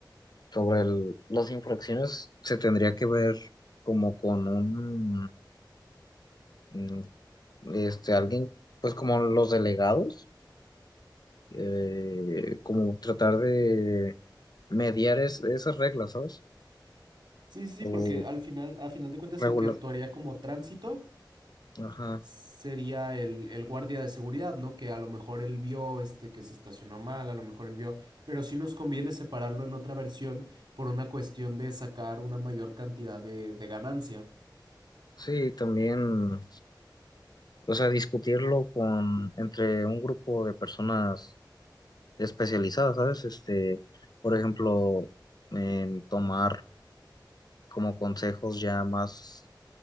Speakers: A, on the left; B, on the right.
A: sobre el- las infracciones se tendría que ver como con un, mm, este, alguien, pues como los delegados, eh, como tratar de mediar es- esas reglas, ¿sabes?
B: Sí, sí,
A: Sí,
B: sí, porque
A: sí. O
B: al final, a final de cuentas,
A: regular,
B: el que actuaría como tránsito
A: ajá.
B: sería el, el guardia de seguridad, ¿no? Que a lo mejor él vio este que se estacionó mal, a lo mejor él vio, pero sí nos conviene separarlo en otra versión por una cuestión de sacar una mayor cantidad de, de ganancia.
A: Sí, también, o sea, discutirlo con, entre un grupo de personas especializadas, ¿sabes? Este, por ejemplo, em, tomar como consejos ya más,